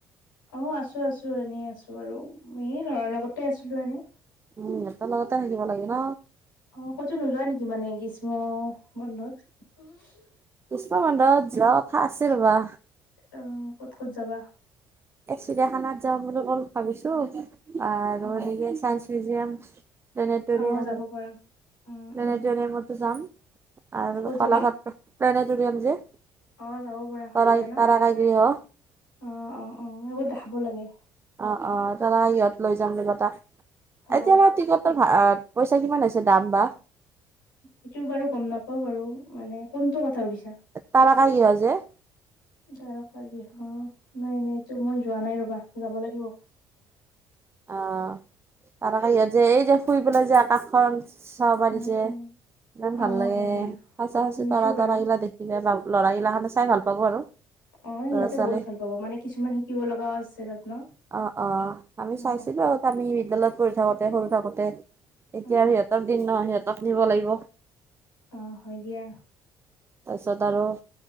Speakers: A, on the left (about 75°); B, on the right (about 25°).
A: অ', আছো আছো এনেই আছো বাৰু, এ ল'ৰাৰ লগতে আছিলো এনেই।
B: উম এটা লগতে থাকিব লাগে ন'।
A: অ', ক'তো নোযোৱা নেকি মানে, গ্ৰীষ্ম বন্ধত
B: গ্ৰিষ্মবন্ধত যোৱা কথা আছিল ৰ'বা।
A: অ', ক'ত ক'ত যাবা?
B: চিৰিয়াখানাত যাাম বুলি অল ভাবিছো, আৰু
A: অ
B: এনেকে চাইন্স মিউজিয়াম প্লেনেটৰিয়াম
A: অ
B: আৰু
A: যাব পৰা
B: প্লেনেটৰিয়ামতো
A: উম
B: যাম।
A: উম
B: আৰু কলাঘ <unintelligible>
A: ক'ত যাবা
B: প্নেটৰিয়াম যে তাৰ তাৰা
A: অ যাব পৰা
B: <unintelligible>
A: ভাল লাগে ন
B: কাইকৰি হ
A: অ', অ', অ', এইবোৰ দেখাব লাগে
B: অ', অ', দাদা সিহঁত লৈ যাম তিনিটা,
A: অ
B: এতিয়া মই টিকটৰ ভাড়া পইচা কিমান আছে দাম বা।
A: সেইটো বাৰু গম নাপাও বাৰু, মানে কোনটো কথা সুধিছে
B: তাৰকাগৃহ যে।
A: তাৰকাগৃহ নাই নাই এইটো মই যোৱা নাই ৰ'বা যাব লাগিব।
B: আহ তাৰকাগৃত যে এই যে ফুৰিবলৈ যে আকাশখন চাব পাৰিছে,
A: উম উম
B: ইমান
A: অ
B: ভাল লাগে,
A: হয় দিয়া
B: সঁচা সঁচি
A: শুনিছো
B: তৰা
A: বাৰু
B: তৰা এইিলা দেখিলে বাল ল'ৰাগিলাখনে চাই ভাল পাব আৰু
A: অ',
B: ল'ৰা
A: সিহঁতে
B: ছোৱালী
A: বহুত ভাল পাব মানে কিছুমান শিকিব লগাও আছে তাত ন'।
B: অ', অ'। আমি
A: অ
B: চাইছিলো আৰু আমি বিদ্যালয়ত পঢ়ি থাকোঁতে সৰু থাকোতে এতিয়া
A: অ
B: আৰু সিহঁতক দিন ন' সিহঁতক নিব লাগিব।
A: অ', হয় দিয়া।
B: তাৰপিছত আৰু